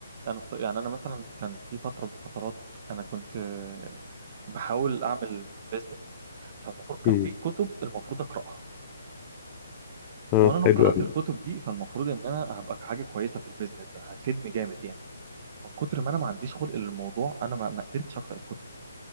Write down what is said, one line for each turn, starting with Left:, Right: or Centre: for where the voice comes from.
Right: انا الص- يعني انا مثلا كان في فتره من الفترات انا كنت آه، بحاول اعمل بيزنس فالمفروض كان
Left: مم.
Right: في كتب المفروض اقراها
Left: اه
Right: وانا لو
Left: حلو
Right: قرات
Left: أوي
Right: الكتب دي فالمفروض ان انا هبقى حاجه كويسه في البيزنس ده هتفيدني جامد يعني من كتر ما انا ما عنديش خلق للموضوع انا ما ما قدرتش اقرا الكتب